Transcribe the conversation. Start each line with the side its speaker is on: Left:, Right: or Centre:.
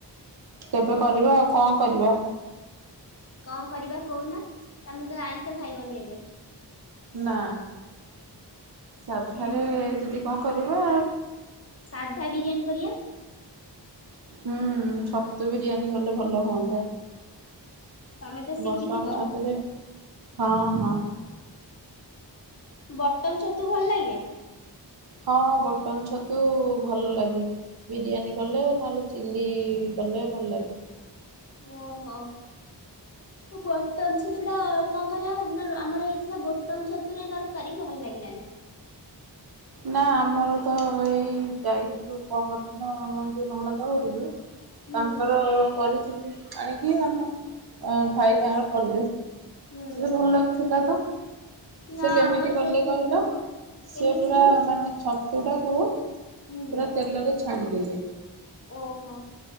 Right: କେବେ କରିବା ଆଉ କ କରିବ
Left: କଣ କରିବା କହୁନା ତମେ ତ ଆଇଁଷ ଖାଇବନି ଏବେ
Right: ନା ସାଧାରେ
Left: ଉଁ
Right: ଯଦି କଣ କରିବା।
Left: ସାଧା ବିରିୟାନୀ କରିବା।
Right: ହୁଁ ଛତୁ ବିରିୟାନୀ କଲେ ଭଲ ହୁଅନ୍ତା।
Left: ତମେ ତ ଶିଖିଥିବ।
Right: ବଟମ୍ ଛତୁରେ ହଁ ହଁ।
Left: ବଟମ ଛତୁ ଭଲ ଲାଗେ।
Right: ହଁ ବଟମ୍ ଛତୁ ଭଲ ଲାଗେ। ବିରିୟାନୀ କଲେ ନହେଲେ ଚିଲ୍ଲି କଲେ ଭଲ ଲାଗେ।
Left: ଓହୋ। ବଟମ ଛତୁଟା କଣ କହିଲ ଆମର ହେଇଥିଲା ବଟମ ଛତୁରେ ଦରକାରୀ ଭଲ ଲାଗିଲାନି।
Right: ନା ଆମର ତ ଏଇ ଯାଇଥିଲୁ ପହରଦିନ ଯୋଉ ନଣନ୍ଦ ଘରକ୍ର
Left: ହୁଁ
Right: ତାଙ୍କର କରିଥିଲି ଆଣିକି ମାନ ଭାଇ ତାଙ୍କର କଲେ ସେ
Left: ହୁଁ
Right: ତ ଭଲ ଲାଗୁଥିଲା ତ
Left: ନା
Right: ସେ କେମିତି
Left: ଆମର ସେଦିନ
Right: କଲେ କହିଲ?
Left: କେମିତି
Right: ସେ ପୁରା
Left: କୁହନି
Right: ମାନେ ଛତୁଟାକୁ
Left: ହୁଁ
Right: ପୁରା ତେଲରେ ଛାଣିଦେଲେ।
Left: ଓହୋ।